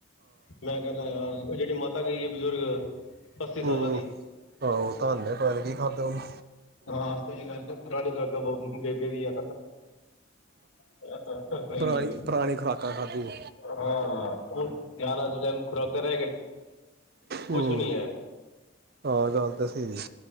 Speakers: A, on the left; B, on the right.
A: ਮੈਂ ਕਹਿੰਦਾ ਯਾਰ ਉਹ ਜਿਹੜੀ ਮਾਤਾ ਗਈ ਏ ਬਜ਼ੁਰਗ ਅੱਸੀ
B: ਹੂੰ।
A: ਸਾਲਾਂ ਦੀ
B: ਆਹੋ ਧੰਨ ਏ ਪਤਾ ਨੀ ਕੀ ਖਾਧਾ ਉਹਨੇ
A: ਹਾਂ ਸਹੀ ਗੱਲ ਫੇਰ ਪੁਰਾਣੀ ਖੁਰਾਕਾਂ ਬਹੁਤ ਬੇਬੇ ਦੀਆ ਸਹੀ
B: ਪੁਰਾਣੀ
A: ਗੱਲ ਏ
B: ਪੁਰਾਣੀ ਖੁਰਾਕਾਂ ਖਾਧੀ।
A: ਹਾਂ ਹੁਣ ਗਿਆਰਾਂ <unintelligible> <unintelligible> ਗਈ ਕੁਛ
B: ਹੂੰ।
A: ਵੀ ਨੀ ਐ
B: ਹਾਂ ਗੱਲ ਤਾਂ ਸਹੀ ਜੀ।